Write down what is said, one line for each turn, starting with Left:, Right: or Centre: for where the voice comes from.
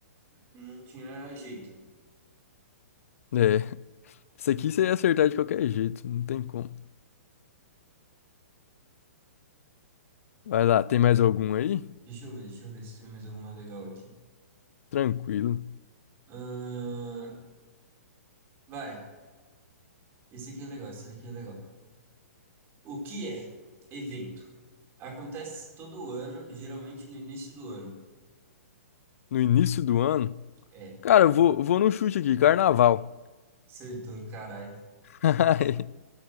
Right: não tinha jeito.
Left: É. Isso aqui você ia acertar de qualquer jeito, não tem como. Vai lá, tem mais algum aí?
Right: Deixa eu ver, deixa eu ver se tem mais alguma legal aqui.
Left: Tranquilo.
Right: Ahn, vai, esse aqui é legal, esse aqui é legal. O que é evento? Acontece todo ano, geralmente no início do ano.
Left: No início do ano?
Right: É,
Left: Cara, eu vou, vou no chute aqui, carnaval.
Right: acertou, caralho.
Left: <laughs>